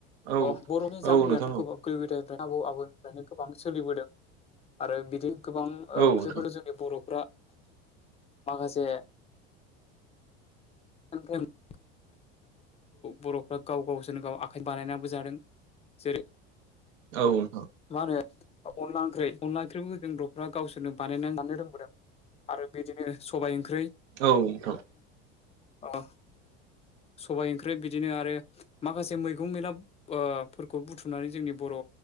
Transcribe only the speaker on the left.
थ' बर'नि जारिमिनाथ'
गोबां गोदो-गोदायनिफ्राय आबौ-आबैनिफ्रायनो गोबां सोलिबोदों आरो बिदि गोबां ओ
ओंख्रिफोर
जों बर'फ्रा माखासे <unintelligible> बर'फ्रा गाव गावसोरनो गाव आखाइजों बानायनाबो जादों जेरै
मा होनो अनला ओंख्रि अनला ओंख्रिखौ जों बर'फ्रा गावसोरनो बानायनानै जानो रोंबोदों आरो बिदिनो सबाइ ओंख्रि
अ सबाय ओंख्रि बिदिनो आरो माखासे मैगं मैला ओ फोरखौ बुथुमनानै जोंनि बर'